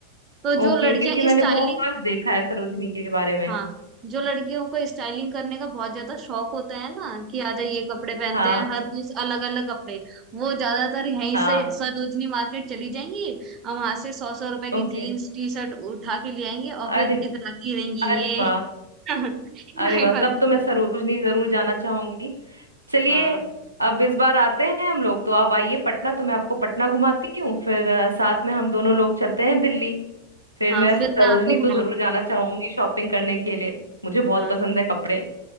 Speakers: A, on the right; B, on the right.
A: तो
B: ओके
A: जो लड़कियां
B: क्योंकि मैंने
A: स्टाइलिश
B: बहुत देखा है सरोजनी के बारे में
A: हाँ जो लड़कियों को स्टाइलिंग करने का बहुत ज्यादा शौक होता है ना कि आजा ये कपड़े पहनते
B: हाँ
A: हैं हर रोज अलग अलग कपड़े वो ज्यादातर यहीं
B: हाँ
A: से सरोजनी मार्केट चली जाएंगी और वहां से सौ सौ रुपए की
B: ओके
A: जीन्स टी शर्ट उठा के ले आएंगी और
B: अरे
A: फिर इतराती रहेंगी
B: अरे
A: ये
B: वाह
A: <laughs> नहीं
B: अरे वाह
A: बनती
B: तब तो मैं
A: है।
B: सरोजनी जरूर जाना चाहूंगी चलिए
A: हाँ
B: अब इस बार आते हैं हम लोग तो आप आइए पटना तो मैं आपको पटना घुमाती हूँ फिर अ, साथ में हम दोनों लोग चलते हैं दिल्ली फिर
A: हाँ
B: मैं सरोजनी
A: फिर मैं आपको घुमाऊंगी
B: तो जरूर जाना चाहूंगी शॉपिंग करने के लिए मुझे बहुत
A: हाँ
B: पसंद है कपड़े